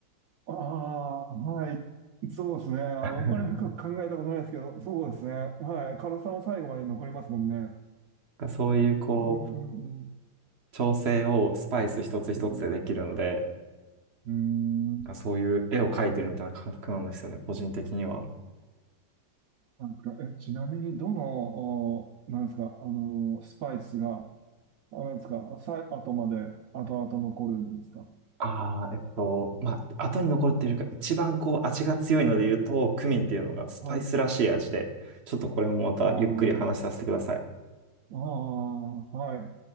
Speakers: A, on the right; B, on the right.
A: ああ、はい。そうですね。あのあんまり深く考えたことないですけど、
B: <laughs> なん
A: そうですね。はい。辛さは最後まで残りますもんね。
B: かそういうこう、
A: うん、うん、うん、
B: 調整をスパイス一つ一つでできるんで、
A: うん。うん。うーん
B: なんかそういう絵を描いてるみたいな感覚なんですよね、個人的には。
A: なんか、え、ちなみに、どの、お、なんですか、あの、スパイスが、あ、なんですか、さい、後まで、後々残るんですか。
B: ああ、えっと、まあ、後に残っているか、一番こう味が強いので言うと、クミンっていうのがスパイスらしい味で、
A: はい。
B: ちょっとこれもまたゆっくり話させてください。
A: ああ、ああ、はい。